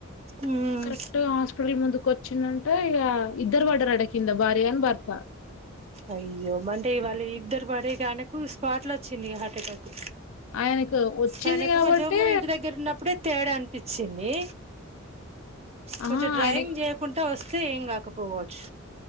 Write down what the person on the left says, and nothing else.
కరెక్ట్ గా తొల్లి ముందుకు వచ్చిందంట ఇ ఇద్దరు వాడర్ అడికింద భార్య అని భర్త
ఆయనకు వచ్చింది
కాబట్టే
ఆహా
ఆయనకి